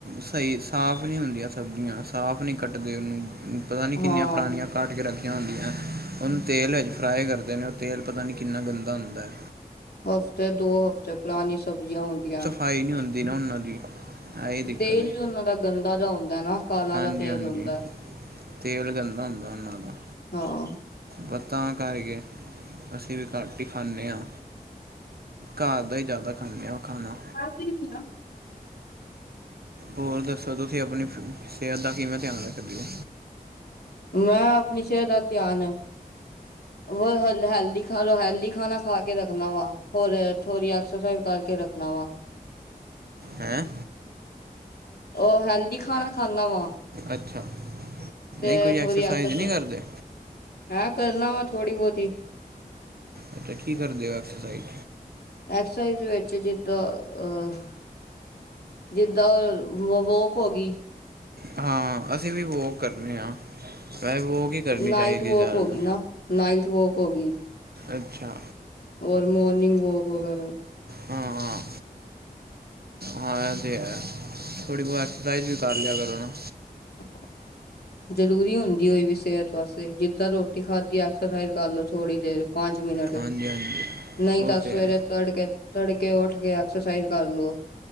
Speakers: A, on the right; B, on the left.
A: ਸਹੀ ਸਾਫ਼ ਨਹੀਂ ਹੁੰਦੀਆਂ ਸਬਜ਼ੀਆਂ ਸਾਫ਼ ਨਹੀਂ ਕੱਟਦੇ ਉਹਨੂੰ। ਪਤਾਂ ਨੀਂ
B: ਹਾਂ,
A: ਕਿੰਨੀਆਂ ਪੁਰਾਣੀਆਂ। ਕੱਟ ਕੇ ਰੱਖੀਆਂ ਹੁੰਦੀਆਂ। ਉਹਨੂੰ ਤੇਲ ਵਿੱਚ ਫਰਾਈ ਕਰਦੇਂ ਨੇਂ ਉਹ ਤੇਲ ਪਤਾਂ ਨ੍ਹੀਂ ਕਿੰਨਾਂ ਗੰਦਾ ਹੁੰਦਾਂ ਐਂ।
B: ਹਫ਼ਤੇ ਦੋ ਹਫ਼ਤੇ ਪੁਰਾਣੀ ਸਬਜ਼ੀਆਂ ਹੁੰਦੀਆਂ।
A: ਸਫ਼ਾਈ ਨੀਂ ਹੁੰਦੀਂ ਨਾ ਉਹਨਾਂ ਦੀ। ਆਹੀ ਦਿੱਕਤ
B: ਤੇਲ
A: ਹੈ
B: ਵੀ ਉਹਨਾਂ ਦਾ ਗੰਦਾ ਜੀਆ ਹੁੰਦਾਂ ਹੈਂ ਨਾ। ਕਾਲਾ
A: ਹਾਂਜੀ,
B: ਜਾ ਤੇਲ
A: ਹਾਂਜੀ
B: ਹੁੰਦਾ
A: ਤੇਲ ਗੰਦਾ ਹੁੰਦਾਂ ਉਹਨਾਂ ਦਾ।
B: ਹਾਂ।
A: ਪਤਾਂ ਕਰ ਕੇ ਅਸੀਂ ਵੀ ਘੱਟ ਹੀ ਖਾਂਦੇ ਹਾਂ। ਘਰ ਦਾ ਹੀ ਜ਼ਿਆਦਾ ਖਾਂਣੇ ਆ ਖਾਣਾਂ।
B: <inaudible>
A: ਹੋਰ ਦੱਸੋਂ ਤੁਸੀਂ ਆਪਣੀਂ ਸਿਹਤ ਦਾ ਕਿਵੇਂ ਧਿਆਂਨ ਰੱਖਦੇ ਹੋ।
B: ਮੈਂ ਆਪਣੀ ਸਿਹਤ ਦਾ ਧਿਆਨ। ਹੋਰ ਹੈਲਦੀ ਖਾਲੋ ਹੈਲਦੀ ਖਾਣਾਂ ਖਾਂ ਕੇ ਰੱਖਣਾਂ ਵਾ ਹੋਰ ਥੋੜ੍ਹੀ ਐਕਸਜਸਾਈਜ਼ ਕਰਕੇ ਰੱਖਣਾਂ ਵਾ।
A: ਹੈ।
B: ਉਹ ਹੈਲਦੀ ਖਾਣਾਂ ਖਾਂਦਾ ਵਾ।
A: ਅੱਛਾ।
B: ਤੇ
A: ਨਹੀਂ ਕੋਈ
B: ਥੋੜ੍ਹੀ
A: ਐਕਸਰਸਾਈਜ਼
B: ਐਕਸਜਸਾਈਜ਼।
A: ਨਹੀਂ ਕਰਦੇ
B: ਮੈਂ ਕਰਨਾਂ ਵਾ ਥੋੜੀ ਬਹੁਤੀ।
A: ਅੱਛਾ ਕੀ ਕਰਦੇਂ ਹੋ ਐਕਸਜਸਾਈਜ਼
B: ਐਕਸਸਾਈਜ਼ ਵਿੱਚ ਜਿੱਦਾਂ ਆਹ। ਜਿੱਦਾਂ ਉਹ ਵੋ ਵੋਕ ਹੋਗੀ।
A: ਹਾਂ ਅਸੀਂ ਵੀ ਵੋਕ ਕਰਨੇਂ ਹਾਂ। ਵੈਹੇ ਵੋਕ ਹੀ ਕਰਨੀ
B: ਨਾਈਟ
A: ਚਾਹੀਦੀ
B: ਵੋਕ
A: ਜ਼ਿਆਦਾ
B: ਹੋਗੀ ਨਾ। ਨਾਈਟ ਵੋਕ ਹੋਗੀ
A: ਅੱਛਾ।
B: ਹੋਰ ਮੋਰਨਿੰਗ ਵੋਕ ਵਗ਼ੈਰਾ।
A: ਹਾਂ ਹਾਂ। ਹਾਂ ਇਹ ਤੇ ਹੈਂ। ਥੋੜ੍ਹੀ ਬਹੁਤ ਐਕਸਜਸਾਈਜ਼ ਵੀ ਕਰ ਲਿਆ ਕਰੋ ਨਾ।
B: <inaudible> ਜ਼ਰੂਰੀ ਹੁੰਦੀਂ ਹੋਈ ਵੀ ਸਿਹਤ ਵਾਸਤੇ। ਜਿੱਦਾਂ ਰੋਟੀ ਖਾਧੀ ਐਕਸਜਸਾਈਜ਼ ਕਰ ਲੋ ਥੋੜ੍ਹੀ ਦੇਰ। ਪੰਜ ਮਿੰਟ
A: ਹਾਂਜੀ ਹਾਂਜੀ
B: ਨਹੀਂ
A: ਉਹ
B: ਤਾਂ
A: ਤੇ
B: ਸਵੇਰੇ
A: ਹੈ
B: ਤੜਕੇ, ਤੜਕੇ ਉੱਠ ਕੇ ਐਕਸਸਾਈਜ਼ ਕਰ ਲੋ।